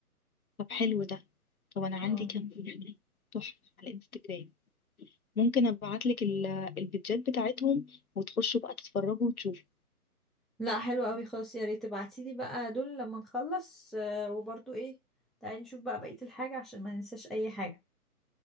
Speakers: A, on the left; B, in the centre.
A: طب حلو ده طب انا عندي
B: اه
A: كام فكرة تحفة على انستجرام ممكن ابعت لك الفيديوهات بتاعتهم وتخشوا بقى تتفرجوا وتشوفوا
B: لا حلو قوي خلاص يا ريت تبعتيلي بقى دول لما نخلص آه، وبرضو ايه تعالي نشوف بقى بقيه الحاجه عشان ما ننساش اي حاجه